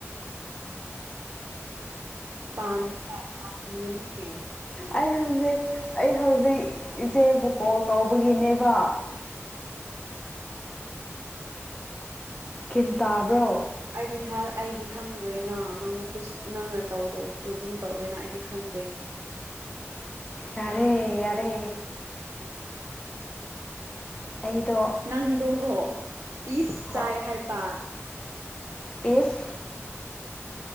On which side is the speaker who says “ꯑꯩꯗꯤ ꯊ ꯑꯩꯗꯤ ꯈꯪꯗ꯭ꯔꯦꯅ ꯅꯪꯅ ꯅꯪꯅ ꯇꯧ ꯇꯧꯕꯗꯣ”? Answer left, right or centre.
Right